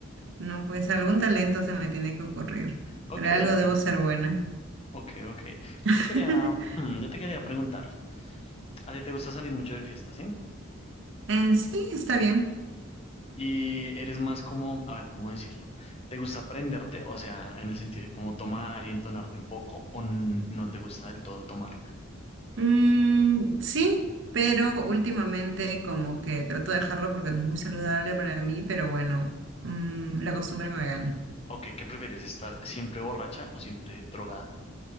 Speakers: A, on the right; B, on the left.
A: No, pues algún talento se me tiene que ocurrir.
B: Ok,
A: Pero algo
B: ok,
A: debo ser buena.
B: ok, ok. Yo
A: <laughs>
B: te quería, hmm, yo te quería preguntar. ¿A ti te gusta salir mucho de fiesta, sí?
A: Eh, sí, está bien.
B: Y eres más como, a ver, ¿cómo decirlo? ¿Te gusta aprenderte? O sea, en el sentido de como tomar y entonarte un poco, o n- no te gusta del todo tomar.
A: Mm, sí, pero últimamente como que trato de dejarlo porque no es muy saludable para mí, pero bueno, mm, la costumbre me gana.
B: Ok, ¿qué prefieres? ¿Estar siempre borracha o siempre drogada?